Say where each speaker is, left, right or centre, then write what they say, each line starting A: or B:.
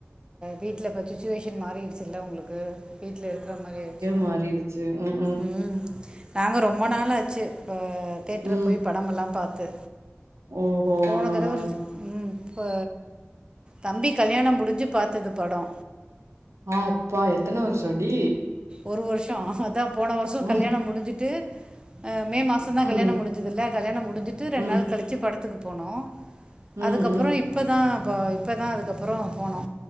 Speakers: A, on the right; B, on the right.
A: வீட்ல இப்ப சுச்சுவேஷன் மாறிடுச்சுல்ல உங்களுக்கு வீட்ல இருக்கற மாரி ஆயிச்சு
B: மாரிரு ச்சு ம்
A: ம் நாங்க ரொம்ப
B: ம்
A: நாள் ஆச்சு இப்ப தேட்டரு
B: ம்.
A: போய் படமெல்லா பாத்து
B: ஓஹோ
A: போனதடவ
B: ஆ ஆ
A: ம் பா தம்பி கல்யாணோ முடிஞ்சு பாத்தது படோ
B: ஆ அப்பா எத்தன வருஷோண்டி
A: ஒரு வருஷோ அதா போன வருஷோ
B: ம்
A: கல்யாணோ முடிஞ்சுட்டு அ மே மாசந்தா கல்யாணோ
B: ம்
A: முடிஞ்சதுல்ல கல்யாணோ முடிஞ்சுட்டு ரெண்டு
B: ம்
A: நாள் கழிச்சு படத்துக்கு போனோ
B: ம்
A: அதுக்கப்பறோ
B: ம்
A: இப்பதா ப இப்பதா அதுக்கப்பறோ போனோ